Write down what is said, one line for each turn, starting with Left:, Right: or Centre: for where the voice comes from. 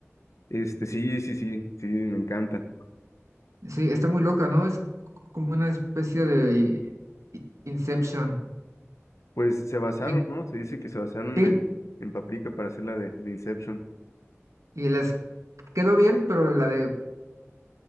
Left: Este, sí, sí, sí, sí, me encanta.
Right: Sí, está muy loca, ¿no? Es como una especie de i- i- Inception.
Left: Pues se basaron,
Right: Me-
Left: ¿no? Se dice que se basaron
Right: sí,
Left: en, en Paprika para hacer la de, de Inception.
Right: y les quedó bien, pero la de